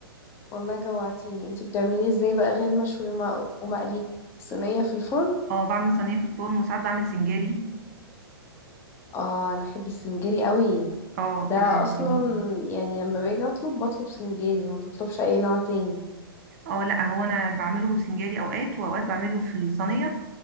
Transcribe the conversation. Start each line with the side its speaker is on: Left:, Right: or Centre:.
Left: والله جوعتيني انتي بتعمليه ازاي بقى غير مشوي وما... ومقلي صينية في الفرن
Right: اه بعمل صينيه في الفرن وساعات بعمل سنجاري
Left: اه انا احب السنجري قوي
Right: اه
Left: ده
Right: بيبقى
Left: اصلا
Right: جميل
Left: يعني لما باجي اطلب بطلب سنجري ما بطلبش اي نوع تاني
Right: اه لا هو انا بعمله سنجاري اوقات واوقات بعمله في الصينيه